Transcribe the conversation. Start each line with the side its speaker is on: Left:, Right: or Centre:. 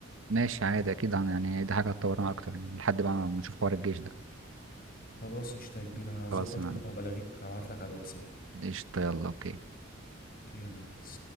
Right: ماشي عادي أكيد هن- يعني دي حاجة هتطورنا أكتر يعني لحد ما نشوف حوار الجيش ده
Left: خلاص قشطة يا كبير هظبط
Right: خلاص أنا
Left: كده وهبقى ألاغيك هبعتلك على الواتساب
Right: قشطة يلا أوكي
Left: اوكي يا برنس